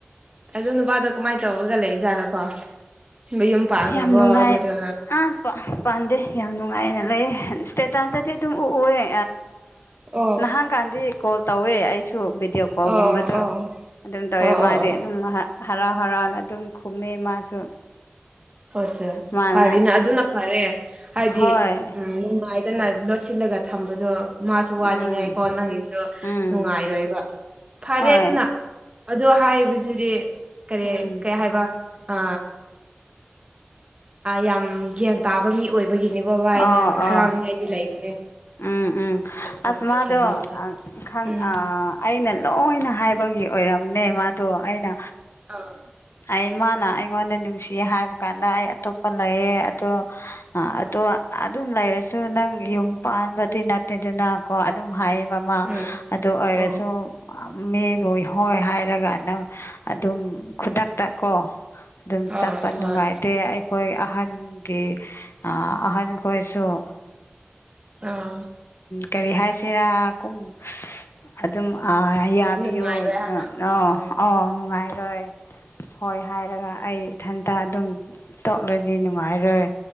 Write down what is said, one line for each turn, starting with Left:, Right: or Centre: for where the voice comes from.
Right: ꯑ ꯅꯨꯄꯥꯗꯣ ꯀꯃꯥꯏꯅ ꯇꯧꯔꯒ ꯂꯩ ꯖꯥꯠꯅꯣꯀꯣ ꯏꯌꯨꯝ ꯄꯥꯒ꯭ꯔꯕꯣꯅꯔ
Left: ꯌꯥꯝ ꯅꯨꯡꯉꯥꯏ ꯑꯥ ꯄꯥꯟꯗꯦ ꯌꯥꯝ ꯅꯨꯡꯉꯥꯏꯅ ꯂꯩ ꯏꯁ꯭ꯇꯦꯇꯥꯁꯇꯗꯤ ꯑꯗꯨꯝ ꯎꯑ
Right: ꯑꯣ
Left: ꯅꯍꯥꯟ ꯀꯥꯟꯗꯤ ꯀꯣꯜ ꯇꯧꯋꯦ ꯑꯩꯁꯨ ꯚꯗꯤꯑꯣ ꯀꯣꯜꯒꯨꯝꯕꯗꯣ
Right: ꯑꯣ ꯑꯣ
Left: ꯑꯗꯨꯝ ꯇꯧꯋꯦ
Right: ꯑꯣ
Left: ꯃꯥꯗꯤ
Right: ꯑꯣ ꯑꯣ
Left: ꯑꯗꯨꯝ ꯍꯔꯥꯎ ꯍꯔꯥꯎꯅ ꯑꯗꯨꯝ ꯈꯨꯝꯃꯦ ꯃꯥꯁꯨ
Right: ꯑꯣ ꯑꯆꯥꯦ
Left: ꯃꯥꯅ
Right: ꯐꯔꯤꯅꯦ ꯑꯗꯨꯅ ꯐꯔꯦ ꯍꯥꯏꯗꯤ
Left: ꯍꯣꯏ
Right: ꯎꯝꯅꯨꯡꯥꯏ ꯑꯗꯨꯅꯥ ꯂꯣ ꯁꯤꯂꯒ ꯊꯝꯝꯕꯗꯣ ꯃꯥꯁꯨ ꯋꯥꯅꯤꯡꯉꯥꯏꯀꯣ
Left: ꯎꯝ
Right: ꯅꯪꯒꯤꯁꯨ
Left: ꯎꯝ
Right: ꯅꯨꯡꯉꯥꯏꯔꯣꯏꯕ ꯐꯔꯦ
Left: ꯍꯣꯏ
Right: ꯑꯗꯨꯅ ꯑ ꯍꯥꯏꯕꯁꯤꯗꯤ ꯀꯔꯤ
Left: ꯎꯝ
Right: ꯀꯩ ꯍꯥꯏꯕ ꯑ ꯌꯥꯝ ꯒ꯭ꯌꯥꯟ ꯇꯥꯕ ꯃꯤ ꯑꯣꯏꯕꯒꯤꯅꯤꯀꯣ ꯕꯥꯥꯏ
Left: ꯑꯣ
Right: ꯅꯪ ꯍꯔꯥꯎꯂꯤꯉꯩꯗꯤ
Left: ꯑꯣ
Right: ꯂꯩꯕꯅꯦ
Left: ꯎꯝ ꯎꯝ
Right: ꯑꯗꯨꯒꯨꯝꯕ
Left: ꯑꯁꯃꯗꯣ
Right: ꯊꯦꯡꯅꯕꯗꯣ
Left: ꯈꯪ
Right: ꯎꯝ
Left: ꯑꯩꯅ ꯂꯣꯏꯅ ꯍꯥꯏꯕꯒꯤ ꯑꯣꯏꯔꯝꯅꯦ ꯃꯥꯗꯣ ꯑꯩꯅ
Right: ꯑꯥ
Left: ꯑꯩ ꯃꯥꯅ ꯑꯩꯉꯣꯟꯗ ꯅꯨꯡꯁꯤ ꯍꯥꯏꯕ ꯀꯥꯟꯗ ꯑꯩ ꯑꯇꯣꯞꯄ ꯂꯩꯌꯦ ꯑꯗꯣ ꯑ ꯑꯗꯣ ꯑꯗꯨꯝ ꯂꯩꯔꯁꯨ ꯅꯪ ꯌꯨꯝ ꯄꯥꯟꯕꯗꯤ ꯅꯠꯇꯦꯗꯅ ꯀꯣ ꯑꯗꯨꯝ ꯍꯥꯏꯌꯦꯕ ꯑꯃ
Right: ꯎꯝ
Left: ꯑꯗꯨ ꯑꯣꯏꯔꯁꯨ
Right: ꯑꯣ
Left: ꯃꯤꯕꯨ ꯍꯣꯏ ꯍꯥꯏꯔꯒ ꯑꯗꯨꯝ ꯑꯗꯨꯝ ꯈꯨꯗꯛꯇ ꯀꯣ ꯑꯗꯨꯝ ꯆꯠꯄ
Right: ꯑꯥ ꯍꯣꯏ
Left: ꯅꯨꯡꯉꯥꯏꯇꯦ ꯑꯩꯈꯣꯏ ꯑꯍꯟꯒꯤ ꯑꯍꯟ ꯑꯩꯈꯣꯏꯁꯨꯝ
Right: ꯑꯥ
Left: ꯀꯔꯤ ꯍꯥꯏꯁꯤꯔꯥꯨꯡ ꯑꯗꯨꯝ ꯌꯥꯕꯤꯌꯣ
Right: ꯅꯨꯡꯉꯥꯏꯔꯣꯏ ꯍꯥꯏꯕ
Left: ꯑ
Right: ꯑꯥ
Left: ꯑ ꯅꯨꯡꯉꯥꯏꯔꯣꯏ ꯍꯣꯏ ꯍꯥꯏꯔꯒ ꯑꯩ ꯏꯊꯟꯇ ꯑꯗꯨꯝ ꯇꯣꯛꯂꯗꯤ ꯅꯨꯡꯉꯥꯏꯔꯣꯏ